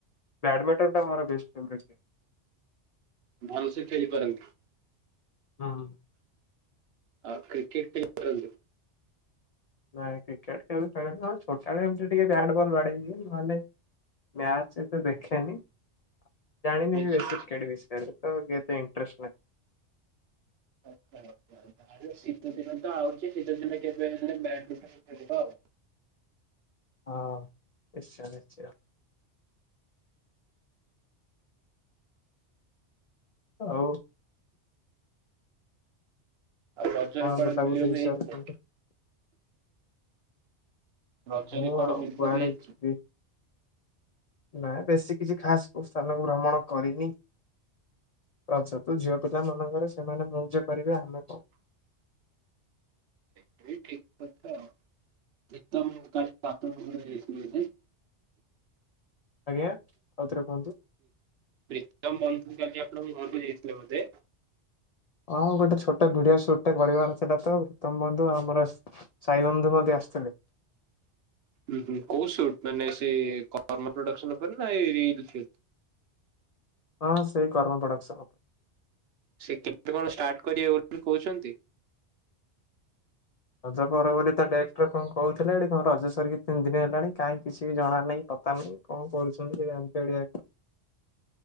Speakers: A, on the left; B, on the right.
A: ବ୍ୟାଡ଼ମିଣ୍ଟନ୍ ଟା ମର ବେଷ୍ଟ ଫେବରେଟ୍ ଗେମ୍।
B: ଭଲସେ ଖେଳି ପାରନ୍ତି?
A: ହଁ।
B: ଆଉ କ୍ରିକେଟ୍ ଖେଳି ପାରନ୍ତିନି?
A: ନାଇଁ କ୍ରିକେଟ୍ ଖେଳି ପାରେନି ହଁ ଛୋଟାବେଳେ ଏମତି ଟିକେ ବ୍ୟାଟ ବଲ ବାଡ଼େଇ ଦିଏ ନହେଲେ ମ୍ୟାଚ ହେତେ ଦେଖେନି। ଜାଣିନି
B: ଆଚ୍ଛା
A: ବି ବେସିି କ୍ରିକେଟ ବିଷୟରେ ତ କେତେ ଇଣ୍ଟରେଷ୍ଟ ନାଇଁ।
B: ଆଚ୍ଛା। ଆଚ୍ଛା। ତାହେଲେ ଶୀତ ଦିନ ତ ଆଉଚି ଶୀତ ଦିନରେ କେବେ ହେଲେ ବ୍ୟାଡ଼ମିଟନ ଖେଳିବା ଆଉ।
A: ହଁ ନିଶ୍ଚୟ ନିଶ୍ଚୟ। ଆଉ
B: ଆଉ ରଜରେ
A: କଣ
B: କୁଆଡ଼େ
A: ବୁଲାବୁଲି
B: ବୁଲିବାକୁ
A: ବିଷୟରେ
B: ଯାଇଥିଲ?
A: କୁହନ୍ତୁ?
B: ରଜରେ
A: ମୁଁ
B: କୁଆଡେ
A: ଆଉ
B: ବୁଲିବାକୁ
A: କୁଆଡ଼େ
B: ଯାଇଥିଲୁ?
A: ଯିବି? ନାଇଁ ବେଶୀ କିଛି ଖାସ କୋଉ ସ୍ଥାନକୁ ଭ୍ରମଣ କରିନି। ରାଜ ତ ଝିଅ ପିିଲା ମାନଙ୍କରେ ସେମାନେ ମଉଜ କରିବେ ଆମେ କଣ?
B: ସେଇଟା ବି ଠିକ୍ କଥା ଆଉ। ଏକଦମ କାଲି <unintelligible>
A: ଆଜ୍ଞା ଆଉ ଥରେ କୁହନ୍ତୁ?
B: ପ୍ରିତମ ବନ୍ଧୁ କାଲି ଆପଣଙ୍କ ଘରକୁ ଯାଇଥିଲେ ବୋଧେ?
A: ହଁ ଗୋଟେ ଛୋଟ ଭିଡିଓ ସୁଟ ଟା କରିବାର ଥିଲା ତ ଉତ୍ତମ ବନ୍ଧୁ ଆମର ସାଇବନ୍ଧୁ ମଧ୍ୟ ଆସିଥିଲେ।
B: ହୁଁ, ହୁଁ କୋଉ ସୁଟ ମାନେ ସେ କର୍ମ ପ୍ରଡକ୍ସନ ଉପରେ ନା <unintelligible>
A: ହଁ ସେଇ କର୍ମ ପ୍ରଡକ୍ସନ।
B: ସେ କେତେ କଣ ଷ୍ଟାର୍ଟ କରିବେ ବୋଲି କହୁଛନ୍ତି?
A: ରଜ ପରେ ବୋଲି ତ ଡେଟ୍ ରେ କଣ କହୁଥିଲେ? କଣ ରଜ ସରି କି ତିନି ଦିନ ହେଲାଣି କାହିଁ କିଛି ଜଣା ନାହିଁ। ମାନେ କଣ କରୁଛନ୍ତି ସେ ଗାନ୍ଧ <unintelligible>